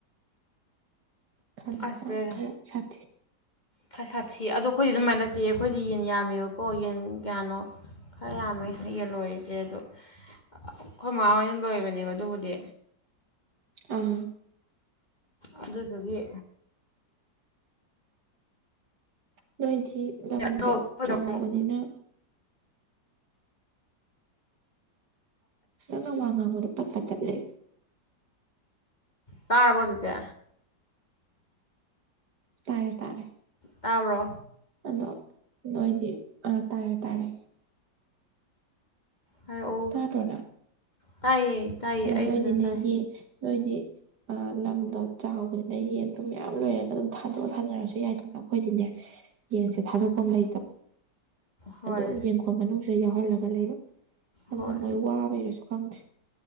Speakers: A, on the right (about 65°); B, on the left (about 25°).
A: ꯈꯪꯗꯦ
B: ꯑꯁ
A: ꯃꯥ
B: ꯕꯦꯔꯥ
A: ꯈꯔ ꯁꯥꯊꯤ
B: ꯈꯔ ꯁꯥꯊꯤ ꯑꯗꯣ ꯑꯩꯈꯣꯏꯗꯤ ꯑꯗꯨꯃꯥꯏ ꯅꯠꯇꯦ ꯑꯩꯈꯣꯏꯗꯤ ꯌꯦꯟ ꯌꯥꯝꯃꯦꯕꯀꯣ ꯌꯦꯟ ꯀꯌꯥꯅꯣ ꯈꯔ ꯌꯥꯝꯃꯦ ꯌꯦꯟ ꯂꯣꯏꯔꯤꯁꯦ ꯑꯗꯣ ꯑ ꯑꯩꯈꯣꯏ ꯃꯥ ꯍꯣꯏꯅ ꯂꯣꯏꯕꯅꯦꯕ ꯑꯗꯨꯕꯨꯗꯤ
A: ꯑꯥ
B: ꯑꯗꯨꯗꯨꯒꯤ
A: ꯅꯣꯏꯗꯤ ꯂꯝꯗꯣ
B: ꯑꯗꯣ ꯑꯩꯈꯣꯏꯗ
A: ꯆꯥꯎꯕꯅꯤꯅ
B: ꯑꯃꯨꯛ
A: ꯅꯪꯅ ꯋꯥ ꯉꯥꯡꯕꯗꯣ ꯄꯠ ꯄꯠ ꯇꯠꯂꯦ
B: ꯇꯥꯔꯕꯣ ꯍꯧꯖꯤꯛꯇꯤ
A: ꯇꯥꯔꯦ ꯇꯥꯔꯦ
B: ꯇꯥꯕ꯭ꯔꯣ
A: ꯑꯗꯣ ꯅꯣꯏꯗꯤ ꯑꯥ ꯇꯥꯔꯦ ꯇꯥꯔꯦ
B: ꯍꯥꯏꯔꯛꯎ
A: ꯇꯥꯗ꯭ꯔꯣ ꯅ
B: ꯇꯥꯏꯌꯦ ꯇꯥꯏꯌꯦ
A: ꯑꯗ
B: ꯑꯩ
A: ꯅꯣꯏꯗꯤꯅꯦꯒꯤ
B: ꯐꯖꯅ ꯇꯥꯏ
A: ꯅꯣꯏꯗꯤ ꯑ ꯂꯝꯗꯣ ꯆꯥꯎꯕꯗꯨꯗꯩ ꯌꯦꯟ ꯗꯨꯝ ꯌꯥꯝ ꯂꯣꯏꯔꯒ ꯑꯗꯨꯝ ꯊꯥꯗꯣꯛꯑ ꯊꯥꯅꯔꯁꯨ ꯌꯥꯏꯗꯅ ꯑꯈꯣꯏꯗꯤꯅꯦ ꯌꯦꯟꯁꯦ ꯊꯥꯗꯣꯛꯐꯝ ꯂꯩꯇꯕ
B: ꯍꯣꯏ
A: ꯑꯗꯨꯝ ꯌꯦꯟꯈꯣꯟ ꯃꯅꯨꯡꯁꯤ ꯌꯥꯎꯍꯜꯂꯒ ꯒ ꯂꯩꯕ ꯇꯜꯂ
B: ꯍꯣꯏ
A: ꯃꯣꯏ ꯋꯥꯕꯩꯔꯁꯨ ꯈꯪꯗꯦ